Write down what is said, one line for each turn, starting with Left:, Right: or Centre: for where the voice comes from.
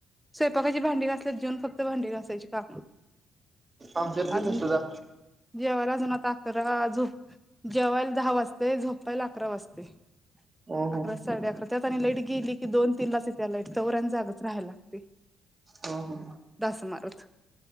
Centre: स्वयकाची भांडी घासल्या जेवून फक्त भांडी घासायची का
Right: आमच्यात
Centre: अ
Right: बी तसच ह
Centre: जेवा झप जेवायला दहा वाजते झोप झोपायला अकरा वाजता
Right: ह
Centre: अकरा साडे अकरा त्यात आणि लाईट गेली की दोन तीन तस त्या लाईट चवरण जागच राहाय लागते
Right: हो हो
Centre: डास मारत